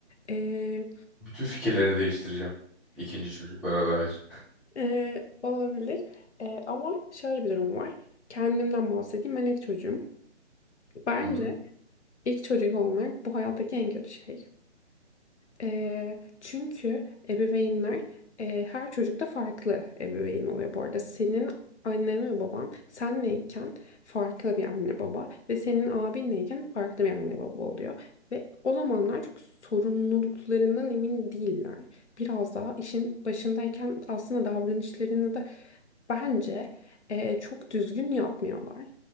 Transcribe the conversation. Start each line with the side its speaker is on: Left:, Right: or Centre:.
Left: Ee,
Centre: Bütün fikirlerini değiştireceğim ikinci çocuklara dair.
Left: e, olabilir. Ee, ama şöyle bir durum var. Kendimden bahsedeyim. Ben ilk çocuğum. Bence
Centre: Hı hı.
Left: ilk çocuk olmak bu hayattaki en kötü şey. Eee, çünkü ebeveynler eee, her çocukta farklı ebeveyn oluyor bu arada. Senin annen ve baban senleyken farklı bir anne baba ve senin abinleyken farklı bir anne baba oluyor. Ve o zamanlar çok sorumluluklarından emin değiller. Biraz daha işin başındayken aslında davranışlarını da bence eee, çok düzgün yapmıyorlar.